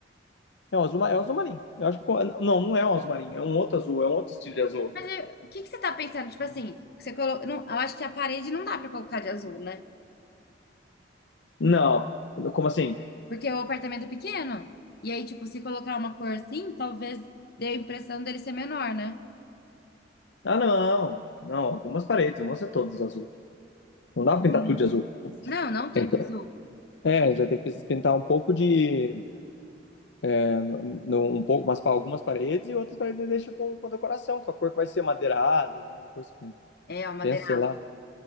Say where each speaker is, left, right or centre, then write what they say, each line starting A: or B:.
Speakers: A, on the left; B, on the left.
A: É um azul, ma- é um azul marinho. Eu acho que co- não, não é um azul marinho, é um outro azul, é um outro estilo de azul.
B: Mas eu- o que que você tá pensando? Tipo assim, você colo... não, eu acho que a parede não dá pra colocar de azul, né?
A: Não, como assim?
B: Porque o apartamento é pequeno. E aí, tipo, se colocar uma cor assim, talvez dê a impressão dele ser menor, né?
A: Ah, não, não. Algumas paredes, não vão ser todas azul. Não dá pra pintar
B: Sim.
A: tudo de azul.
B: Não, não tudo
A: Então,
B: de azul.
A: É, já tem que pintar um pouco de, é, no- no- um pouco, mas para algumas paredes e outras paredes deixa com, com decoração, com a cor que vai ser madeirado, alguma coisa que
B: É, ó, madeira.
A: pensa, sei lá,